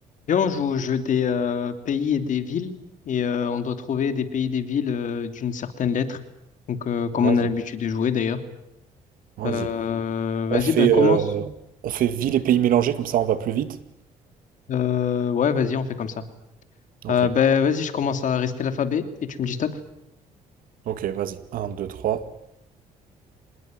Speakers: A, on the left; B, on the right.
A: Viens, on joue au jeu des euh, pays et des villes et euh, on doit trouver des pays et des villes euh, d'une certaine lettre. Donc, euh, comme
B: Vas-y,
A: on a l'habitude de jouer d'ailleurs.
B: vas-y.
A: Euh, vas-y,
B: On fait,
A: bah, commence.
B: euh, on fait ville et pays mélangés, comme ça on va plus vite.
A: Euh, ouais, vas-y, on fait comme ça.
B: Ok,
A: Euh, bah, vas-y, je commence à rester l'alphabet et tu me dis stop.
B: ok, vas-y. Un, 2, 3,